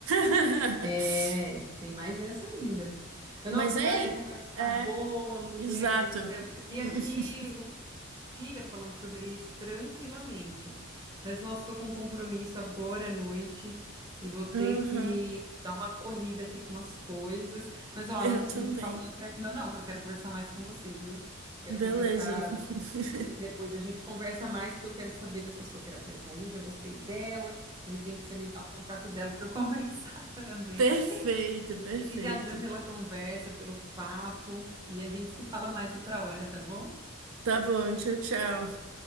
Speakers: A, on the right; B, on the right.
A: <laughs>
B: É, tem mais essa ainda. Mas,
A: Mas,
B: Nossa,
A: hein?
B: Maria, a conversa
A: É,
B: tá boa, mulher
A: exato.
B: do céu. Ficaria
A: <laughs>
B: aqui um dia falando sobre isso tranquilamente. Mas, nossa, estou com um compromisso agora à noite e vou ter
A: Uhum,
B: que dar uma corrida aqui com umas coisas. Mas, ó,
A: eu
B: não,
A: também.
B: não se papo não terminou, não, que eu quero conversar mais com você, viu? Quero
A: Beleza.
B: conversar
A: <laughs>
B: depois. A gente conversa mais, porque eu quero saber dessa sua terapeuta aí. Já gostei dela. De repente, você me dá o contato dela para eu <laughs> conversar também.
A: Perfeito, perfeito.
B: Obrigadão pela conversa, pelo papo. E a gente se fala mais outra hora, tá bom?
A: Tá bom, tchau, tchau.